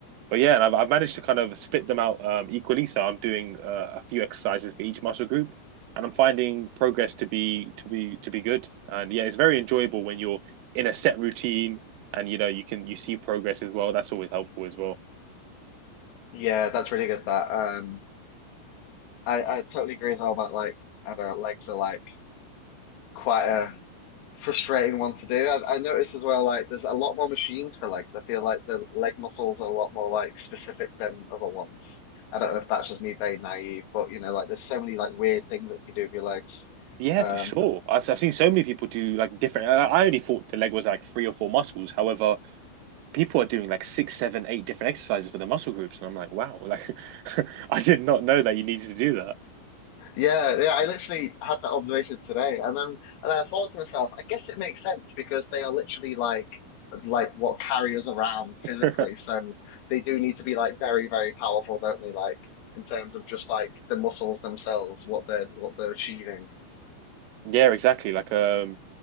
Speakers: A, on the right (about 80°); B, on the left (about 80°).
A: But yeah, and I've, I've managed to kind of split them out um, equally. So I'm doing uh, a few exercises for each muscle group, and I'm finding progress to be to be to be good. And yeah, it's very enjoyable when you're in a set routine, and you know you can you see progress as well. That's always helpful as well.
B: Yeah, that's really good that. um, I, I totally agree as well about like I don't know, legs are like quite a frustrating one to do. I, I noticed as well like there's a lot more machines for legs. I feel like the leg muscles are a lot more like specific than other ones. I don't know if that's just me being naive, but you know, like there's so many like weird things that you can do with your legs.
A: Yeah,
B: Um,
A: for sure. I've I've seen so many people do like different. I I only thought the leg was like three or four muscles. However, people are doing like six, seven, eight different exercises for the muscle groups, and I'm like, wow, like <laughs> I did not know that you needed to do that.
B: Yeah, yeah, I literally had that observation today, and then and then I thought to myself, I guess it makes sense because they are literally like like what carry us around physically,
A: <laughs>
B: so they do need to be like very, very powerful, don't they? Like in terms of just like the muscles themselves, what they're what they're achieving.
A: Yeah, exactly. Like um,